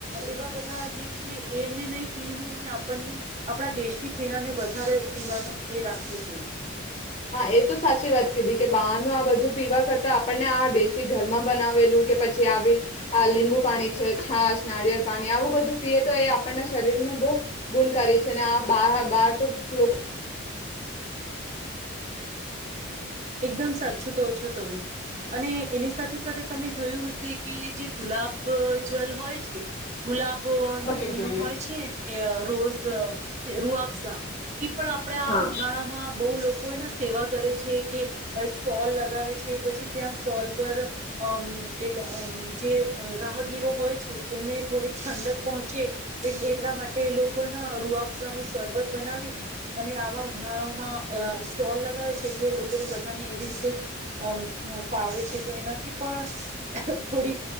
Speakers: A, on the right; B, on the left.
A: એવા બધા જે છે એને નહી પીને ને આપણને આપણા દેશી પીણાને વધારે પીવાનું એ રાખવું જોઈએ. <unintelligible>
B: હા એ તો સાચી વાત કીધી કે બહારનું આ બધું પીવા કરતા આપણને આ દેશી ઘરમાં બનાવેલું કે પછી આવી, આ લીંબુ પાણી છે છાસ નારિયેળ પાણી આવું બધું પીએ તો એ આપણના શરીરને બહુ, ગુણકારી છે ને આ બ બહાર તો લોકો
A: એકદમ સાચું કહો છો તમે અને એની સાથે સાથે તમે જોયું હશે કે જે ગુલાબ જલ હોય છે ગુલાબ. નું
B: પીવું
A: પીણું
B: જોઈએ.
A: હોય છે રોજ હ <unintelligible> રૂઆબઝા, પણ આપણેે આ
B: હા.
A: ઉનાળા માં બહુ લોકો કોઈને સેવા કરે છે કે સ્ટોલ લગાવે છે પછી ત્યાં સ્ટોલ પર અમ એ જે રાહગીરો હોય છે એમને થોડીક ઠંડક પહોંચે એટલા માટે એ લોકો ના રૂઆફઝા નું શરબત બનાવીને અને આવા ઉનાળામાં સ્ટોલ લગાવે છે એટલે લોકોને બધાને એવી રીતે જ અ પાવે છે તો એનાથી પણ થોડી